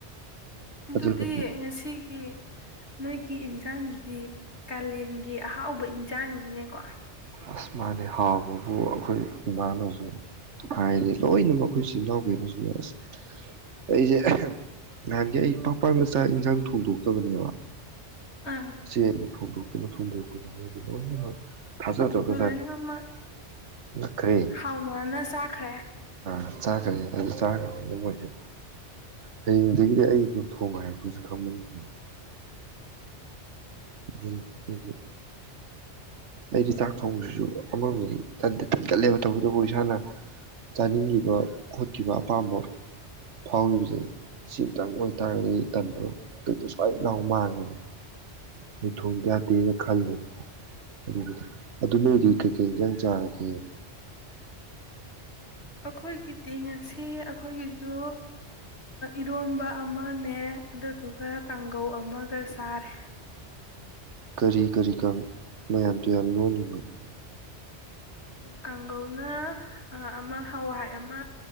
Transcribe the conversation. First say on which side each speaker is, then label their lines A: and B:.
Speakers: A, on the left; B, on the right.
A: ꯑꯗꯨꯗꯤ
B: ꯑꯗꯨꯅꯗꯤ
A: ꯉꯁꯤꯒꯤ ꯅꯣꯏꯒꯤ ꯏꯟꯖꯥꯡ ꯗꯤ ꯀꯥꯂꯦꯟꯒꯤ ꯑꯍꯥꯎꯕ ꯏꯟꯁꯥꯡꯅꯤꯅꯦꯀꯣ
B: ꯑꯁ ꯃꯥꯅꯦ ꯍꯥꯎꯕꯕꯨ ꯑꯩꯈꯣꯏ ꯏꯃꯥꯅꯁꯨ ꯍꯥꯏꯔꯦ ꯂꯣꯏꯅꯃꯛ ꯑꯩꯈꯣꯏ ꯏꯆꯤꯟ ꯏꯅꯥꯎ ꯀꯩꯅꯣꯁꯤꯅꯦ ꯑꯁ ꯑꯩꯁꯦ ꯅꯍꯥꯟꯒꯤ ꯑꯩ ꯄꯥꯛꯄꯥꯛ ꯃ ꯆꯥꯛ ꯏꯟꯁꯥꯡ ꯊꯣꯡꯗꯣꯛꯇꯕꯅꯦꯕ
A: ꯑꯥ
B: ꯏꯆꯦꯅ ꯊꯣꯡ ꯑꯗꯨ ꯊꯨꯡꯗꯗꯤ ꯂꯣꯏꯅꯃꯛ ꯊꯥꯖꯗ꯭ꯔꯖꯥꯠꯅꯤ
A: ꯃꯣꯏ ꯂꯣꯏꯅꯃꯛ
B: ꯉꯛꯈ꯭ꯔꯦ
A: ꯍꯥꯎꯅꯅ ꯆꯥꯈ꯭ꯔꯦ
B: ꯑꯥ ꯆꯥꯈ꯭ꯔꯦ ꯑꯗꯨꯥ ꯆꯈ꯭ꯔꯦ ꯃꯣꯏꯁꯦ ꯍꯌꯦꯡꯗꯒꯤꯗꯤ ꯑꯩꯗ ꯊꯣꯡꯕ ꯍꯥꯏꯔꯛꯄꯁꯨ ꯈꯪꯕꯅꯠꯇꯦꯗ ꯎꯝ ꯎ ꯑꯩꯗꯤ ꯆꯥꯛ ꯊꯣꯡꯕꯁꯤꯁꯨ ꯑꯃꯔꯣꯝꯗꯗꯤꯗꯤ ꯇꯟꯒꯠꯂꯦꯕ ꯇꯧꯕꯇꯕꯨ ꯏꯁꯥꯅ ꯆꯥꯅꯤꯡꯈꯤꯕ ꯈꯣꯠꯈꯤꯕ ꯑꯄꯥꯝꯕ ꯐꯥꯎꯈꯤꯕꯁꯦ ꯁꯤꯃꯇꯪ ꯑꯣꯏꯇꯥꯔꯒꯗꯤ ꯑꯩ ꯇꯟꯕ ꯈꯨꯗꯛꯇ ꯁꯨꯋꯥꯏꯅ ꯂꯥꯎ ꯃꯥꯡꯉꯦꯕ ꯑꯩ ꯊꯣꯡꯗ ꯌꯥꯗꯦꯅ ꯈꯜꯂꯦꯕꯀꯣ ꯑꯗꯨ ꯑꯗꯨ ꯅꯣꯏꯗꯤ ꯀꯩꯀꯩ ꯏꯟꯖꯥꯡ ꯆꯥꯔꯒꯦ
A: ꯑꯩꯈꯣꯏꯒꯤꯗꯤ ꯉꯁꯤ ꯑꯩꯈꯣꯏꯒꯤꯁꯨ ꯏꯔꯣꯝꯕ ꯑꯃꯅꯦ ꯑꯗꯨꯗꯨꯒ ꯀꯥꯡꯒꯧ ꯑꯃ ꯒꯆꯔꯦ
B: ꯀꯔꯤ ꯀꯔꯤ ꯀ ꯃꯌꯥꯝ ꯇꯨꯌꯥ ꯂꯣꯜꯂꯤꯅꯣ
A: ꯀꯥꯡꯒꯧꯅ ꯑꯃ ꯍꯋꯥꯏ ꯑꯃ